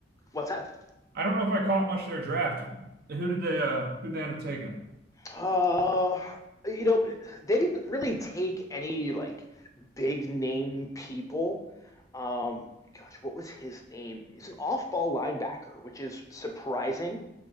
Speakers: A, on the left; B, on the right.
A: what's that?
B: I don't know if I caught much of their draft. Who did they uh who they end up taking
A: Uh, you know, they didn't really take any like big name people. Um, gosh, what was his name? It's an off-ball linebacker, which is surprising.